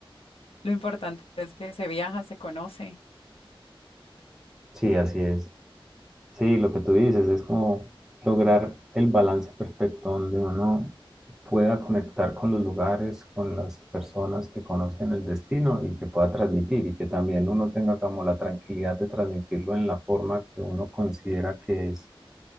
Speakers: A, on the left; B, in the centre.
A: lo importante es que se viaja, se conoce,
B: Sí, así es. Sí, lo que tú dices es como lograr el balance perfecto donde uno pueda conectar con los lugares, con las personas que conocen el destino y que pueda transmitir y que también uno tenga como la tranquilidad de transmitirlo en la forma que uno considera que es,